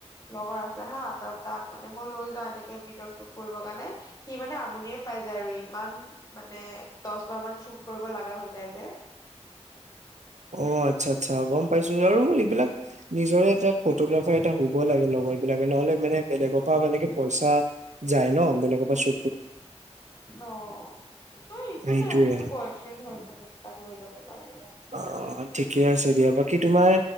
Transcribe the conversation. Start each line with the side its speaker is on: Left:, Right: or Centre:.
Left: লগৰ আছে হা ত তাক মানে মই লৈ যাওঁ এনেকে ভিডিঅ' শ্বুট কৰিব কাৰণে। সি মানে আমনিয়ে পাই যায় আৰু ইমান মানে দহ বাৰ মান শ্বুট কৰিব লগা হৈ যায় যে।
Right: অ আচ্ছা আচ্ছা গম পাইছো আৰু এইবিলাক নিজৰে এটা ফটোগ্ৰাফাৰ এটা হ'ব লাগে লগৰ, বিলাকে নহলে মানে বেলেগৰ পৰা মানে কি পইচা যায় ন বেলেগৰ পৰা চু
Left: অ অ একো
Right: সেইটোয়ে
Left: নাই মোৰতো বয়, হয়তো মানে তাক লৈ যাব পাৰি আৰু
Right: অ অ ঠিকে আছে দিয়া বাকী তোমাৰ।